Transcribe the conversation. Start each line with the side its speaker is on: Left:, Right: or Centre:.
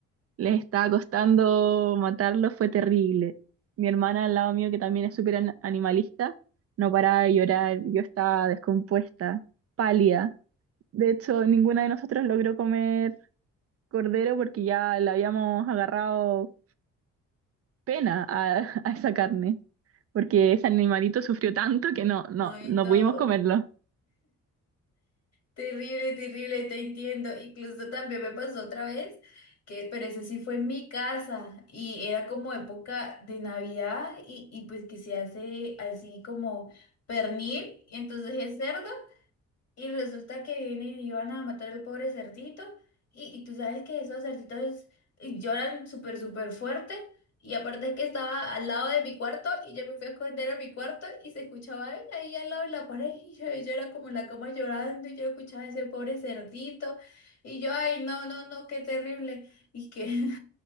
Right: les estaba costando matarlo, fue terrible. Mi hermana al lado mío, que también es súper an- animalista, no paraba de llorar, yo estaba descompuesta, pálida. De hecho, ninguna de nosotros logró comer cordero porque ya le habíamos agarrado pena a, <laughs> a esa carne, porque ese animalito sufrió tanto que no, no,
Left: Ay,
Right: no
Left: no,
Right: pudimos comerlo.
Left: terrible, terrible, te entiendo. Incluso también me pasó otra vez, que, pero eso sí fue en mi casa y era como época de Navidad y, y pues que se hace así como pernil, y entonces es cerdo Y resulta que vienen y iban a matar al pobre cerdito. Y, y tú sabes que esos cerditos lloran súper, súper fuerte. Y aparte que estaba al lado de mi cuarto y yo me fui a esconder a mi cuarto y se escuchaba él ahí al lado de la pared. Y yo, yo era como en la cama llorando y yo escuchaba a ese pobre cerdito. Y yo, ay, no, no, no, qué terrible. Y que,